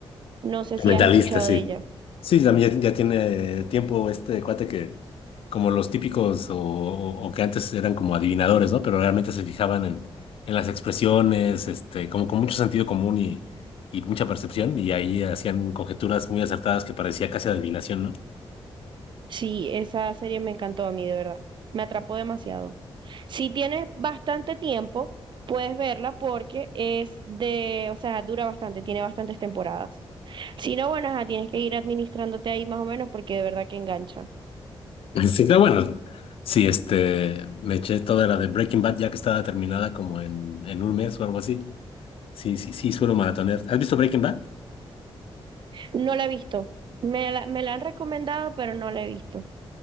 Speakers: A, on the right; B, on the left.
A: No sé si
B: Mentalista,
A: has escuchado
B: sí.
A: de ella.
B: Sí, también ya, ya tiene tiempo este cuate que, como los típicos o, o que antes eran como adivinadores, ¿no? Pero realmente se fijaban en, en las expresiones, este, como con mucho sentido común y, y mucha percepción, y ahí hacían conjeturas muy acertadas que parecía casi adivinación, ¿no?
A: Sí, esa serie me encantó a mí, de verdad. Me atrapó demasiado. Si tienes bastante tiempo, puedes verla porque es de, o sea, dura bastante, tiene bastantes temporadas. Si no, bueno, ajá, tienes que ir administrándote ahí más o menos porque de verdad que engancha.
B: <laughs> Sí, pero bueno, sí, este, me eché toda la de Breaking Bad ya que estaba terminada como en, en un mes o algo así. Sí, sí, sí, suelo maratonear. ¿Has visto Breaking Bad?
A: No la he visto. Me la, me la han recomendado, pero no la he visto.